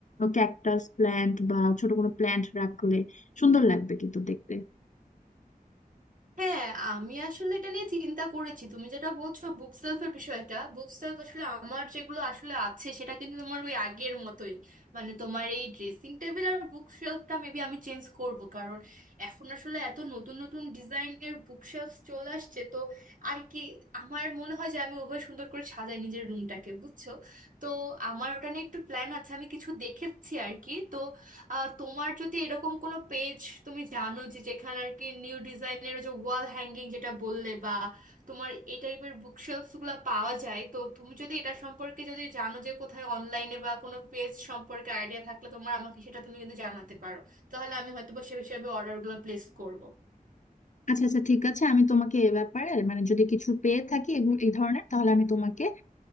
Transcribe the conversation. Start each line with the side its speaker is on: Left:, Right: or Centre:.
Left: ক্যাকটাস প্ল্যান্ট বা ছোট কোনো প্ল্যান্ট রাখলে সুন্দর লাগবে কিন্তু দেখতে
Right: হ্যাঁ আমি আসলে এটা নিয়ে চিন্তা করেছি তুমি যেটা বলছো বুক সেলফের বিষয়টা বুক সেলফ আসলে আমার যেগুলো আসলে আছে সেটা কিন্তু তোমার ওই আগের মতোই মানে তোমার এই ড্রেসিং টেবিল আর বুক শেলফটা মেবি আমি চেঞ্জ করব কারণ এখন আসলে এত নতুন নতুন ডিজাইনের বুক শেলফ চলে আসছে তো আর কি আমার মনে হয় যে আমি ওভাবে সুন্দর করে সাজাই নিজের রুমটাকে বুঝছো তো আমার ওটা নিয়ে একটু প্ল্যান আছে আমি কিছু দেখেছি আর কি তো আহ, তোমার যদি এরকম কোনো পেজ তুমি জানো যে যেখানে আর কি নিউ ডিজাইনের যে ওয়াল হ্যাঙ্গিং যেটা বললে বা তোমার এই টাইপের বুকশেলফস গুলো পাওয়া যায় তো তুমি যদি এটা সম্পর্কে যদি জানো যে কোথায় অনলাইনে বা কোনো পেজ সম্পর্কে আইডিয়া থাকলে তোমার আমাকে সেটা তুমি কিন্তু জানাতে পারো তাহলে আমি হয়তো বা সে হিসাবে অর্ডারগুলো প্লেস করব
Left: আচ্ছা আচ্ছা ঠিক আছে আমি তোমাকে এ ব্যাপারে মানে যদি কিছু পেয়ে থাকি এগুলো এই ধরনের তাহলে আমি তোমাকে